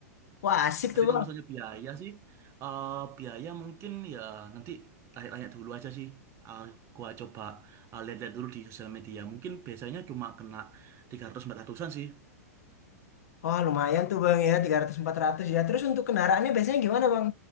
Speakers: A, on the left (about 70°); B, on the right (about 30°).
A: Wah, asik
B: Tapi
A: tuh
B: kalau
A: Bang.
B: misalnya biaya sih, eh biaya mungkin ya nanti tanya-tanya dulu aja sih. Eh, gua coba eh, lihat-lihat dulu di sosial media. Mungkin biasanya cuma kena 300-400an sih.
A: Wah, lumayan tuh Bang ya, 300-400 ya. Terus untuk kendaraannya biasanya gimana Bang?